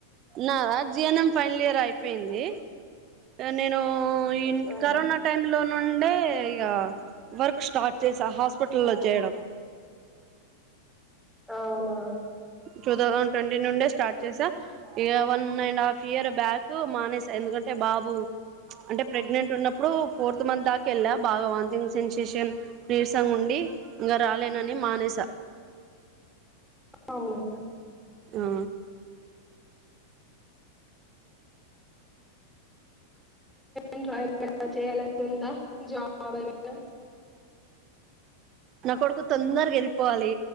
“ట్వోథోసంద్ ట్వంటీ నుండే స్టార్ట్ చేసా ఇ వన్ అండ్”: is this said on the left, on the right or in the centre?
Right